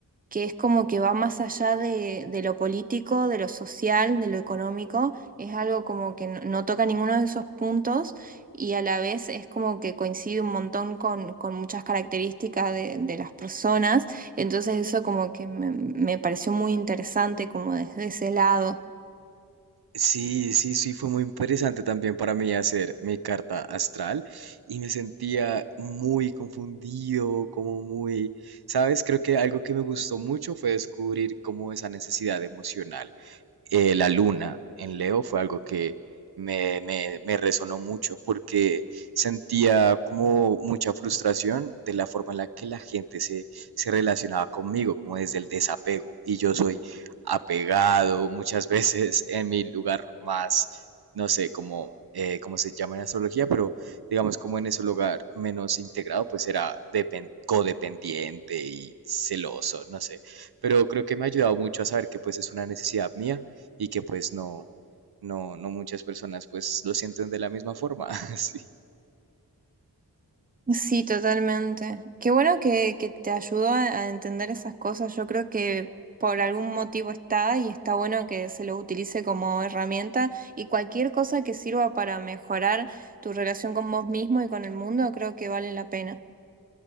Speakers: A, on the right; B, on the right.
A: que es como que va más allá de, de lo político, de lo social, de lo económico, es algo como que no, no toca ninguno de esos puntos y a la vez es como que coincide un montón con, con muchas características de, de las personas, entonces eso como que me, me pareció muy interesante como desde ese lado.
B: Sí, sí, sí, fue muy interesante también para mí hacer mi carta astral y me sentía muy confundido, como muy, ¿sabes? Creo que algo que me gustó mucho fue descubrir cómo esa necesidad emocional eh, la luna en Leo fue algo que me, me, me resonó mucho porque sentía como mucha frustración de la forma en la que la gente se, se relacionaba conmigo, como desde el desapego. Y yo soy apegado muchas <laughs> veces en mi lugar más, no sé, como eh, como se llama en astrología, pero digamos como en ese lugar menos integrado, pues era codependiente y celoso, no sé. Pero creo que me ha ayudado mucho a saber que pues es una necesidad mía y que pues no, no, no muchas personas pues lo sienten de la misma forma. <laughs> sí.
A: Sí, totalmente. Qué bueno que, que te ayudó a, a entender esas cosas. Yo creo que por algún motivo está y está bueno que se lo utilice como herramienta y cualquier cosa que sirva para mejorar tu relación con vos mismo y con el mundo, creo que vale la pena.